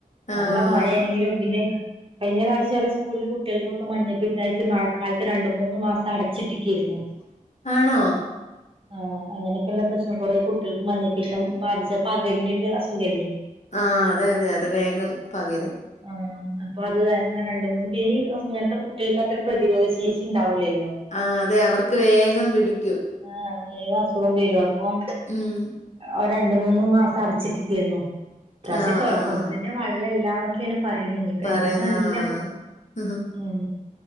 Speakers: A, on the left; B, on the right.
A: ആഹ്.
B: നല്ല മഴേണെങ്കിലും പിന്നെ കഴിഞ്ഞ പ്രാശൃം ഓലെ സ്കൂളില് കുട്ടികൾക്കൊക്കെ മഞ്ഞപ്പിത്തായിട്ട് മഴക്കാലത്ത് രണ്ട് മൂന്ന് മാസം അടച്ചിട്ട്ക്കേരുന്നു. <inaudible>
A: ആണോ?
B: ആഹ് അങ്ങനൊക്കെയ്ള്ള പ്രശ്നം കൊറേ കുട്ടികൾക്ക് മഞ്ഞപ്പിത്തം ബാധിച്ചപ്പ പകര്ണിടെ അസ് കല്ലേ
A: ആ അതയതെ അത് വേഗം പകരും.
B: ആഹ് അപ്പൊ അത്കാരണം രണ്ട് മൂന്ന് പേര് അങ്ങനത്തെ കുട്ടികൾക്ക് അത്ര പ്രതിരോധ ശേഷി ഉണ്ടാവൂലല്ലോ
A: ആ അതെ അവർക്ക് വേഗം പിടിക്കും
B: ആഹ് വേഗം അസുഖം വരും അപ്പം
A: ഉം
B: ഒ രണ്ട് മൂന്ന് മാസം അടച്ചിട്ടിക്കേരുന്നു ഇപാവശ്യം
A: ആഹ്,
B: തൊറക്കുമ്പോ
A: ആഹ്.
B: തന്നെ വെള്ളല്ലാന്ന് ന്നൊക്കേണ് പറയ്ണ് ഇഞ്ഞ്പ്പോ
A: പറയും.
B: എന്താന്നറീല്ല
A: ആഹ്.
B: ഉം